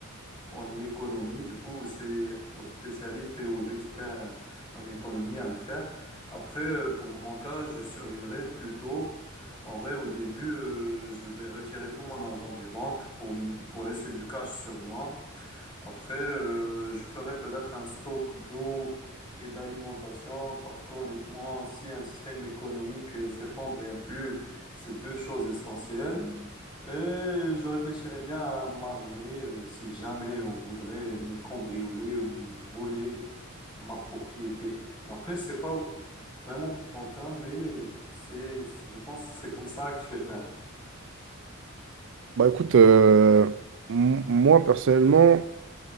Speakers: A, on the left; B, on the right.
A: en économie. Du coup, c'est aux spécialistes et aux experts euh, en économie à le faire. Après, euh, pour mon cas, je survivrai plutôt. En vrai, au début, euh, je vais retirer tout mon argent des banques pour, m- pour laisser du cash sur moi. Après, euh, je ferais peut-être un stock d'eau et d'alimentation parce qu'honnêtement, si un système économique euh, s'effondre, il n'y a plus ces deux choses essentielles. Mhm. Et je réfléchirais bien à m'armer euh, si jamais on voudrait me cambrioler ou me voler ma propriété. Après, je sais pas vraiment pour ton cas, mais c'est, c'est- je pense que c'est comme ça que je vais faire.
B: Bah écoute, euh, m- moi personnellement,